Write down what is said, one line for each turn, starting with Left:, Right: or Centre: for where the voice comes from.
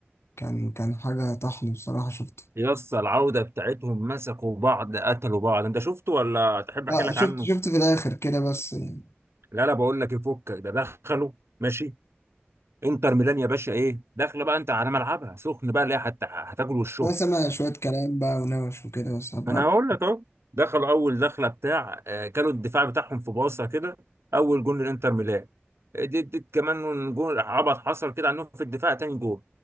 Left: كان كان حاجة طحن بصراحة شفته
Right: يا اسطى العودة بتاعتهم مسكوا بعض قتلوا بعض انت شفته ولا تحب
Left: لا
Right: احكي لك
Left: شفت
Right: عنه؟
Left: شفت في الآخر كده بس يعني
Right: لا لا بقول لك يفك ده دخلوا ماشي انتر ميلان يا باشا ايه؟ داخله بقى انت على ملعبها سخن بقى اللي هي هت- هتاكل وشهم
Left: أنا سامع شوية كلام بقى ونوش وكده بس هبقى-
Right: ما انا هقول لك اهو دخلوا اول دخله بتاع آه، كانوا الدفاع بتاعهم في باصه كده اول جون للانتر ميلان آه، دي, دي كمان جون عبط حصل كده عنهم في الدفاع تاني جون